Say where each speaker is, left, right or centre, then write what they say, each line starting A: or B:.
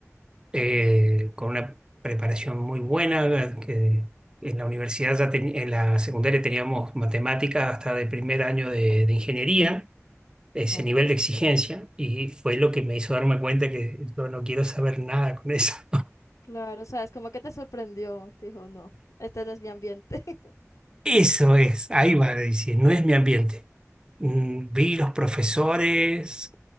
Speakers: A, on the right; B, on the left.
A: eh, con una preparación muy buena, eh, que en la universidad ya teni- en la secundaria teníamos matemáticas hasta de primer año de, de ingeniería, ese
B: va.
A: nivel de exigencia, y fue lo que me hizo darme cuenta que yo no quiero saber nada con eso. <laughs>
B: Claro, o sea, es como que te sorprendió, te dijo, no, este no es mi ambiente. <laughs>
A: Eso es, ahí va, a decir, no es mi ambiente. Mm, Vi los profesores,